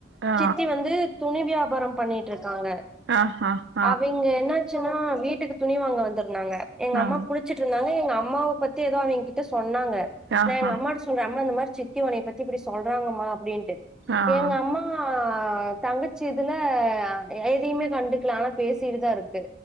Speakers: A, on the right (about 65°); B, in the centre.
A: ஆ
B: சித்தி வந்து துணி வியா பாரம் பண்ணிட்ருக் க்காங்க
A: ஆ ஆ ஆ
B: அவிங்க என்ன சும்மா வீட்டுக்கு துணி வாங்க வந்தர் இருந்தாங்க எங்க
A: ஆ
B: அம்மா குளுச்சுட்டு இருந்தாங்க எங்க அம் அம்மாவ பத்தி எதோ அவிங் கிட்ட சொன் சொன்னாங்க
A: ஆ
B: நா எங்க அம்மாட்ட சொல்ற அம்மா அந்த மாரி சித்தி உனய பத்தி இப்புடி சொல்றாங்கமா அப்டின் டு
A: ஆ
B: எங்க அம்மா ஆ தங்கச்சி இதுல எதயுமே கண்டுக்கலா ஆனா பேசிட்டுதா இருக்கு